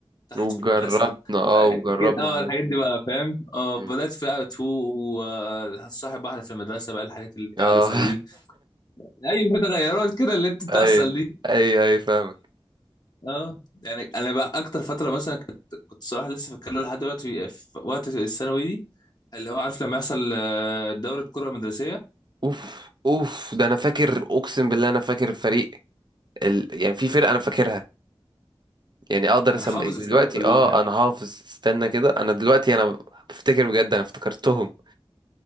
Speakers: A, on the left; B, on the right.
A: تحت
B: وجربنا
A: في المدرسة آه،
B: اه وجربنا
A: كده اه
B: حاجات
A: الحاجات
B: كتير.
A: دي بقى فاهم اه
B: مم.
A: بدأت في بقى تو وهتصاحب واحدة في المدرسة بقى الحاجات اللي انت
B: اه
A: عارفها
B: <laughs>
A: دي ايوه في تغيرات كده اللي انت بتحصل
B: أي
A: دي
B: أي أي فاهمك
A: اه يعني انا بقى اكتر فترة مثلا كنت كنت صراحة لسه فاكر له لحد دلوقتي في وقت الثانوي دي اللي هو عارف لما يحصل آه، دورة كرة مدرسية
B: اوف اوف ده انا فاكر اقسم بالله انا فاكر الفريق ال... يعني في فرقه انا فاكرها يعني اقدر اسمع
A: انا حافظ
B: دلوقتي
A: الفرقة كلها
B: اه انا حافظ استنى كده انا دلوقتي انا بفتكر بجد انا افتكرتهم